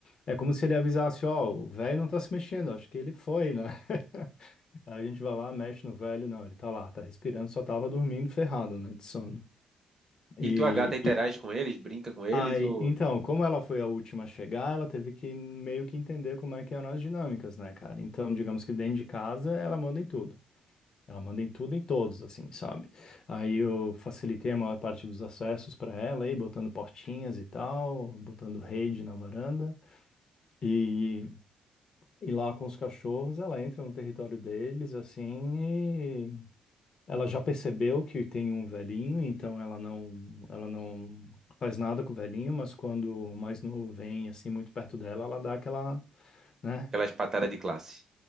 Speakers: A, on the left; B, on the right.
A: É como se ele avisasse, ó, o velho não tá se mexendo, acho que ele foi, né? <laughs> Aí a gente vai lá, mexe no velho, não, ele tá lá, tá respirando, só tava dormindo ferrado, né, de sono. E,
B: E tua gata interage
A: e
B: com eles, brinca com eles
A: aí,
B: ou
A: então, como ela foi a última a chegar, ela teve que meio que entender como é que eram as dinâmicas, né, cara? Então, digamos que dentro de casa, ela manda em tudo. Ela manda em tudo, e em todos, assim, sabe? Aí eu facilitei a maior parte dos acessos para ela, aí botando portinhas e tal, botando rede na varanda. E, e lá com os cachorros, ela entra no território deles, assim, Ela já percebeu que tem um velhinho, então ela não, ela não faz nada com o velhinho, mas quando o mais novo vem assim muito perto dela, ela dá aquela, né?
B: aquelas patadas de classe?